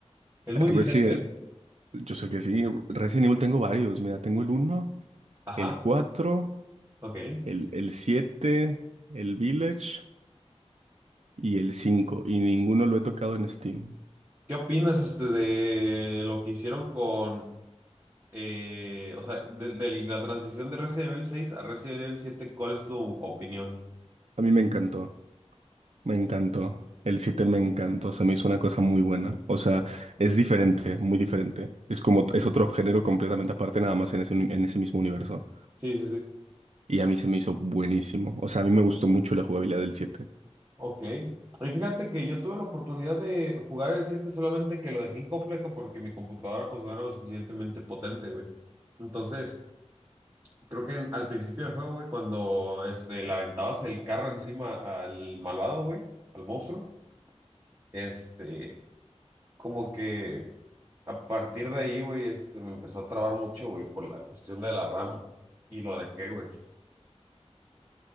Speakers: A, on the right; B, on the right.
A: Es muy viciante,
B: Resident,
A: ¿eh?
B: Yo sé que sí, Resident Evil tengo varios. Mira, tengo el uno
A: Ajá,
B: el cuatro
A: ok.
B: el, el siete el Village y el cinco Y ninguno lo he tocado en Steam.
A: ¿Qué opinas este, de lo que hicieron con, eh, o sea, de, de la transición de Resident Evil seis a Resident Evil siete? ¿Cuál es tu opinión?
B: A mí me encantó, me encantó. El 7 me encantó, se me hizo una cosa muy buena. O sea, es diferente, muy diferente. Es como, es otro género completamente aparte, nada más en ese, uni- en ese mismo universo.
A: Sí, sí, sí.
B: Y a mí se me hizo buenísimo. O sea, a mí me gustó mucho la jugabilidad del siete
A: Ok. Y fíjate que yo tuve la oportunidad de jugar el siete solamente que lo dejé incompleto porque mi computadora pues no era lo suficientemente potente, güey. Entonces, creo que en- al principio del juego, güey, cuando este, le aventabas el carro encima al malvado, güey, al monstruo, este, como que a partir de ahí, güey, se me empezó a trabar mucho, güey, por la cuestión de la RAM y lo dejé, güey.